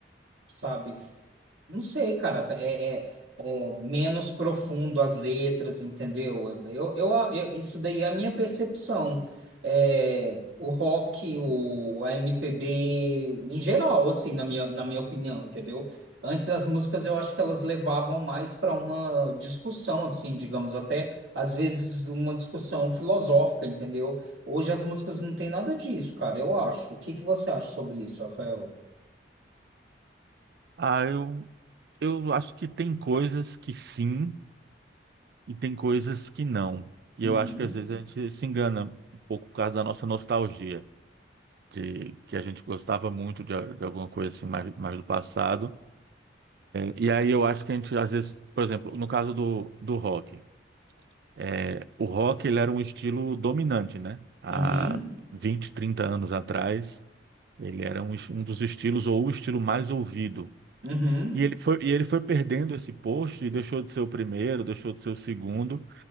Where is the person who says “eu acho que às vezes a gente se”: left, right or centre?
Right